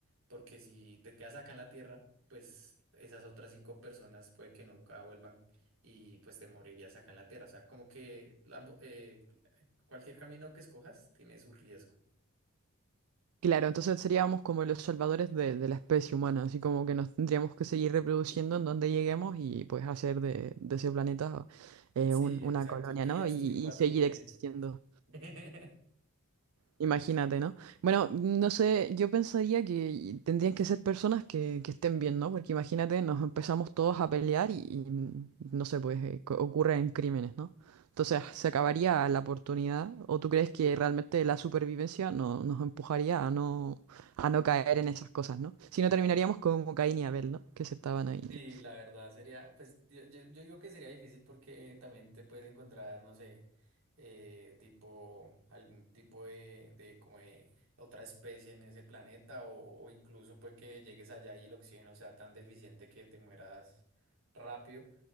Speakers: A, on the right; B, on the right.
A: porque si te quedas acá en la Tierra, pues esas otras cinco personas puede que nunca vuelvan y pues te morirías acá en la Tierra. O sea, como que ambo- eh, cualquier camino que escojas tiene su riesgo.
B: Claro, entonces seríamos como los salvadores de, de la especie humana, así como que nos tendríamos que seguir reproduciendo en donde lleguemos y pues hacer de, de ese planeta eh,
A: Sí,
B: un- una
A: exacto.
B: colonia,
A: Irías
B: ¿no? Y,
A: tú y cuatro
B: y seguir
A: mujeres.
B: existiendo.
A: <laughs>
B: Imagínate, ¿no? Bueno, no sé, yo pensaría que tendrían que ser personas que, que estén bien, ¿no? Porque imagínate, nos empezamos todos a pelear y, y, mm, no sé, pues eh, co- ocurren crímenes, ¿no? Entonces se acabaría la oportunidad. ¿O tú crees que realmente la supervivencia no, nos empujaría a no, a no caer en esas cosas, ¿no? Si no terminaríamos como Caín y Abel, ¿no? Que se estaban ahí.
A: Sí, la verdad sería, pues yo, yo- yo digo que sería difícil porque eh, también te puedes encontrar, no sé, eh, tipo, algún tipo de, de como de otra especie en ese planeta o, o incluso pues que llegues allá y el oxígeno sea tan deficiente que te mueras rápido.